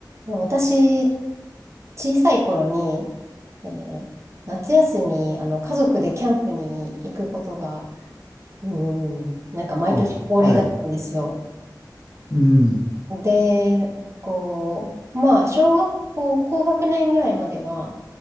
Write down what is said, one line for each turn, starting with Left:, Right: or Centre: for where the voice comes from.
Right: 私、小さい頃に、えー夏休み、あの、家族でキャンプに行くことが、うん、なんか毎年恒例だったんですよ。
Left: あ、はい。うん。
Right: で、こう、まあ、小学校、高学年ぐらいまでは、